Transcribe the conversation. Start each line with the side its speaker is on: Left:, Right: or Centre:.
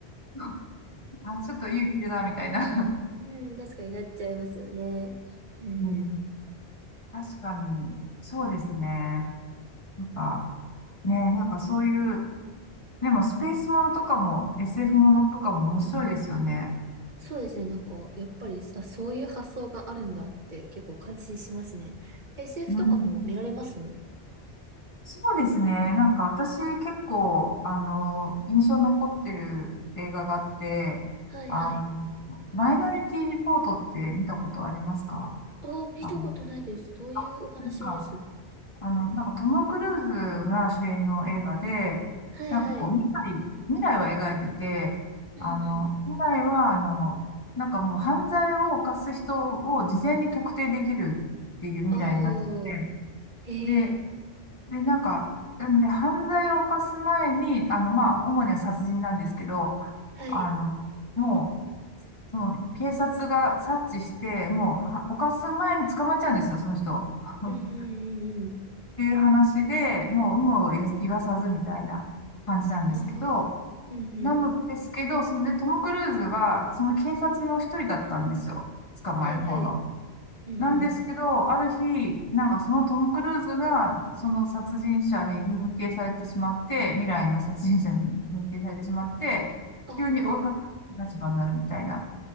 Left: <laughs> あ、ちょっと勇気いるな、みたいな。
Right: うん、確かになっちゃいますよね。うん、
Left: うん。確かに。そうですね。なんか、ね、なんかそういう、でもスペースものとかも SF ものとかも面白いですよね。
Right: うん、そうですね、なんか、やっぱりさ、そういう発想があるんだって結構感心しますね。SF
Left: うん。
Right: とかも見られます
Left: そうですね。なんか私結構、あの、印象残ってる映画があって、
Right: はいはい。
Left: あの、マイノリティリポートって見たことありますか
Right: ああ、見たことないです。
Left: あの、
Right: どういうお話です
Left: あ、そうですか。あの、なんかトム・クルーズが主演の映画で、
Right: はいはい。
Left: なんかこう、未来、未来を描いてて、
Right: うん
Left: あの、未来は、あの、なんかもう犯罪を犯す人を事前に特定できるっていう未来になってて、
Right: おー、へえ、
Left: で、で、なんか、なんで、犯罪を犯す前に、あの、まあ、主には殺人なんですけど、
Right: はい。
Left: あの、もう、その、警察が察知して、もう、は犯す前に捕まっちゃうんですよ、その人。<laughs>
Right: うんうんうん。
Left: っていう話で、もう、有無を言言わさずみたいな感じなんですけど、
Right: ああ、うんうん。
Left: なのですけど、そので、トム・クルーズは、その警察の一人だったんですよ。捕まえる方の。
Right: はいはい。うんうん。
Left: なんですけど、ある日、なんかそのトム・クルーズが、その殺人者に認定されてしまって、未来の殺人者に認定されてしまって、
Right: ああ、
Left: 急に追いかける立場になるみたいな、